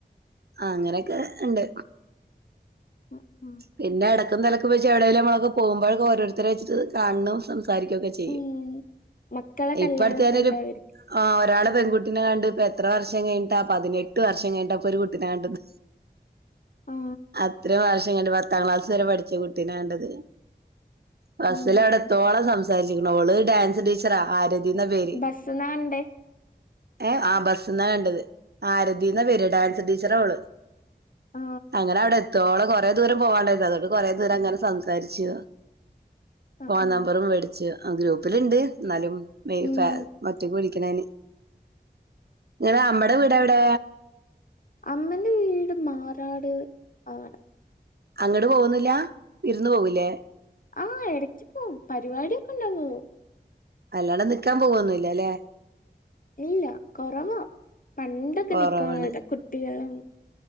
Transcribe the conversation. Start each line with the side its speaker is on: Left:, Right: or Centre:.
Right: ആ അങ്ങനെക്കെ ണ്ട്
Left: ഉം
Right: പിന്നെടക്കും തലക്കക്ക് വെച്ച എവിടെേങ്കും നമ്മളക്കെ പോക്പോഴ ഓരോരുത്തര വച്ചിട്ട് കാണും സംസാരിക്കുകൊക്കെ ചെയ്യും
Left: ഉം മക്കളെ കല്യാണൊക്കെ
Right: ഇപ്പ അടുത്ത കാലത്ത്
Left: ഉണ്ടാവായിരിക്കും
Right: ആ ഒരാള് പെൺകുട്ടിനെ കണ്ട് ഇപ്പ എത്ര വർഷം കഴിഞ്ഞ്ട്ടാ പതിനെട്ട് വർഷം കഴിഞ്ഞ്ട്ട ഇപ്പൊരു കുട്ടിനെ കണ്ടത്
Left: ആ
Right: അത്രയും വർഷം കണ്ട് പത്താം ക്ലാസ് വരെ പഠിച്ച കുട്ടിനെ കണ്ടത് ബസ്സ്ല
Left: ഉം
Right: വിടെത്തോളം സംസ് സാരിച്ച്ക്ക്ണ് അവള് ഡാൻസ് ടീച്ചറാ ആരതിന്ന പേര്
Left: ബസ് നാണ്ടേ
Right: ഏഹ് ആഹ് ബസ്ന്നാ കണ്ടത് ആരതിന്ന പേര് ഡാൻസ് ടീച്ചറവള്
Left: ആ
Right: അങ്ങനെ അവിടെത്തോ ഓളെ കോ റെദൂരം പോവാണ്ടായിരുന്നു അതോട് കൊറെ നേരങ്ങനെ സംസാരിച്ചു
Left: ആ
Right: ഫോൺ
Left: ആ
Right: നമ്പറും വേട്ച്ചു ആഹ് ഗ്രൂപ്പില്ണ്ട് ന്നാലും മെയ്‌
Left: ഉം
Right: ഫാ ഒറ്റക്ക് വടി ക്ക്ണേന് ങ്ങടെ അമ്മടെ വീടവിടെ
Left: അമ്മന്റെ വീട് മാറാട് ആണ്
Right: അങ്ങട് പോവൊന്നില്ല വിരുന്ന് പോവുലേ
Left: ആഹ് ഇടക്ക് പോവും പരിപാടിയൊക്കെണ്ടാ പോവും
Right: അല്ലാട നിക്കാൻ പോവൊന്നുല്ലാ ലേ
Left: ഇല്ല കൊറവാ പണ്ടൊക്കെ
Right: കൊറവാണ്
Left: നിക്കാൻ പോയത കുട്ടികളും